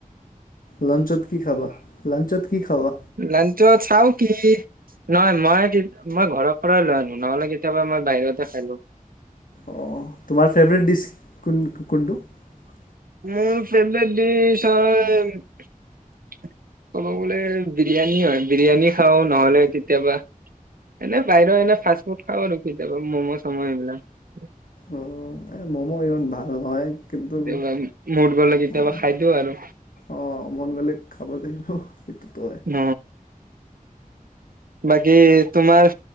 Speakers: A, on the left; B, on the right.
A: লঞ্চত কি খাব লাঞ্চত কি খাবা?
B: লাঞ্চ চাও কি নহয় মই মই ঘৰৰ পৰাই লৈ আনো নহলে কেতিয়াবা মই বাহিৰতে পালো
A: অ তোমাৰ ফেভৰেট দিছ? কোন কোনটো <unintelligible>
B: মোৰ ফেভট ডচ হয় ক'ব গলে বিৰিয়ানী হয় বিৰিয়ানী খাওঁ নহ'লে কেতিয়াবা এনে বাহিৰৰ এনে ফা ফুড খাওঁ আৰু কেতিয়াবা ম'ম' চম' এইবিলাক
A: অ এ মম' ইমান ভাল নহয়। কিন্তু
B: কেতিয়াবা মুড গ'লে কেতিয়াবা
A: অ
B: খাই দিওঁ আৰু
A: অ মন গ'লে খাব লাগিব সেইটোতো হয়।
B: ন বাকী তোমাৰ